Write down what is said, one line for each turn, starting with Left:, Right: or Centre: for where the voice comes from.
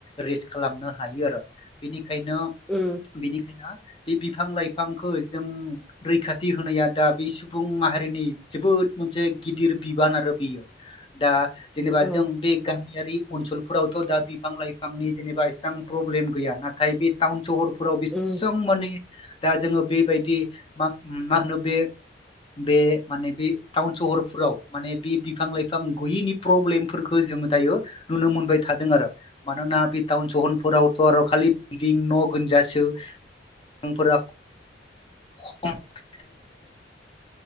Left: रेस्ट खालामनो हायो आरो बेनि बेनिखायनो
Centre: उम
Left: बिनिखायनो बे बिफां लाइफांखौ जों रैखाथि होनाया दा बे सुबुं माहारिनि जोबोद मोनसे गिदिर बिबान आरो बियो दा जेनेबा
Centre: औ
Left: जों बे गामियारि ओनसोलफोरावथ' दा बिफां लाइफांनि जेनेबा इसेबां प्रब्लेम गैया नाथाय बे टाउन सहर फोराव बेसेबां
Centre: उम
Left: माने दा जोङो बेबायदि मा मा होनो बे बे माने बे टाउन सहरफोराव माने बे बिफां लाइफां गैयैनि प्रब्लेमफोरखौ जोङो दायो नुनो मोनबाय थादों आरो मानोना बे टाउन सहरफोरावथ' आरो खालि बिल्डं न' गोनजासोंफोरा <unintelligible>
Centre: <inaudible>
Left: <unintelligible>